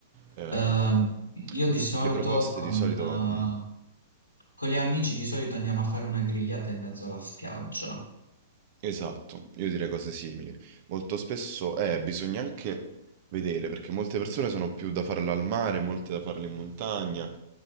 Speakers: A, on the right (about 40°); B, on the left (about 80°).
A: ehm,
B: Ehm, io di solito
A: le proposte
B: con,
A: di solito.
B: eh,
A: mm,
B: con gli amici di solito andiamo a fare una grigliata in mezzo alla spiaggia.
A: Esatto, io direi cose simili. Molto spesso eh, bisogna anche vedere, perché molte persone sono più da farla al mare, molte da farle in montagna.